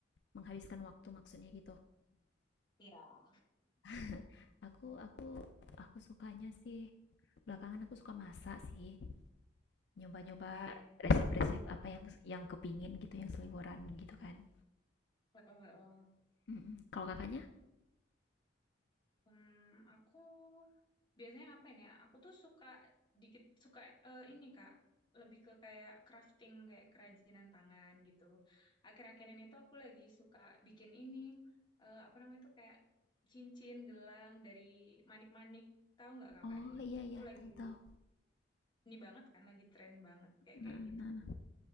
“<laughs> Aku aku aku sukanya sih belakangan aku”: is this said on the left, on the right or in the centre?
Left